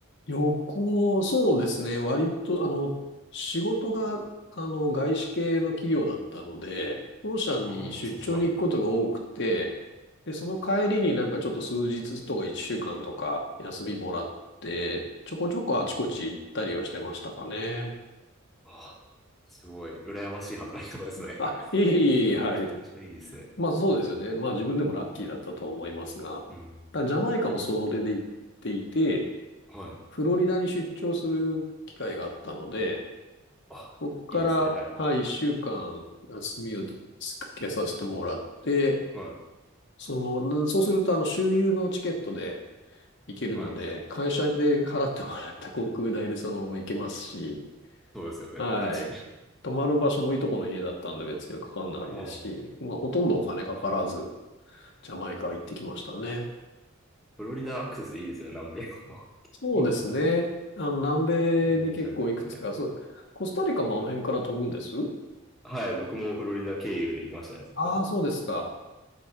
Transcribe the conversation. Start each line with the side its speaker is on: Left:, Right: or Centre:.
Left: 旅行、そうですね。割と、あの、仕事が、あの、外資系の企業だったので、本社に出張に行くことが多くて、
Centre: ああ、そうです。はい。あ
Left: で、その帰りになんかちょっと数日とか1週間とか休みもらって、ちょこちょこあちこち行ったりはしてましたかね。
Centre: あ、すごい。羨ましい働き方ですね。
Left: あ、いえいえいえ、はい。
Centre: <laughs> めちゃめちゃいいですね。
Left: まあそうですよね。まあ自分でもラッキーだったと思いますが、
Centre: うん。
Left: ただジャマイカもそれで行っていて、
Centre: はい。
Left: フロリダに出張する機会があったので、
Centre: あ、
Left: そこから、
Centre: いいですね。はい。
Left: はい、一週間休みをつけさせてもらって、
Centre: はい。
Left: その、そうするとあの周遊のチケットで行けるので、
Centre: はい。
Left: 会社で払ってもらった航空代でそのまま行けますし、
Centre: そうですよね。
Left: はい。
Centre: <laughs> 確かに。
Left: 泊まる場所もいとこの家だったんで別にかかんないですし、
Centre: ああ、
Left: まあほとんどお金かからず、ジャマイカ行ってきましたね。
Centre: フロリダアクセスいいですよね。南米も。
Left: そうですね。
Centre: <laughs> こ
Left: あの、南
Centre: のイメージあるますね
Left: 米に結構いくつか、そう、コスタリカもあの辺から飛ぶんです
Centre: はい。僕もフロリダ経由で行きましたね、そこは。
Left: ああそうですか。